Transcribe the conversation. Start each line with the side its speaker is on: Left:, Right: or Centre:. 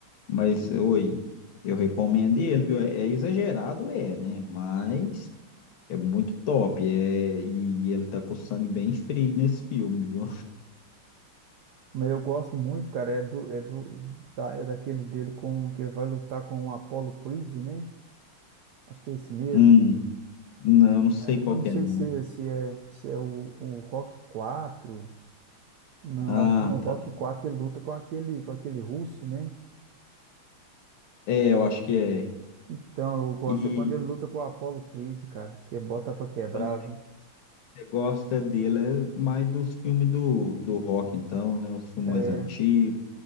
Left: Mas, oi, eu recomendo ele, viu? É é exagerado, é, né? Mas é muito top. É... E, e ele tá com o sangue bem frio nesse filme, viu?
Right: Mas eu gosto muito, cara, é do, é do, da, é daquele dele com, que ele vai lutar com o Apollo Creed, né? Acho que é esse mesmo.
Left: Hum, não, não sei qual
Right: Eu não
Left: que
Right: sei
Left: é, não.
Right: se, é- se é, se é o, o Rock quatro Não,
Left: Ah,
Right: eu acho que no Rock
Left: tá.
Right: 4 ele luta com aquele, com aquele russo, né?
Left: É, eu acho que é.
Right: Então, eu gosto
Left: E
Right: é quando ele luta com o Apollo Creed, cara, que é bota pra quebrar,
Left: então, se
Right: viu?
Left: você gosta dele, é mais dos filmes do, do rock, então, né? Os filmes
Right: É,
Left: mais antigos.